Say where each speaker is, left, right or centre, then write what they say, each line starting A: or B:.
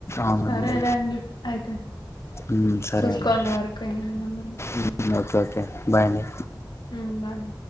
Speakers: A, on the left (about 35°); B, on the left (about 65°).
A: అవునండి
B: సరే లేండి అయిపెంద్
A: ఉమ్, సరే
B: చూస్
A: అండి
B: కోండ్ వర్ కు ఏమన్న ఉంటే
A: ఉమ్, ఓకే ఓకే బాయ్ అండి
B: ఉమ్ బాయ్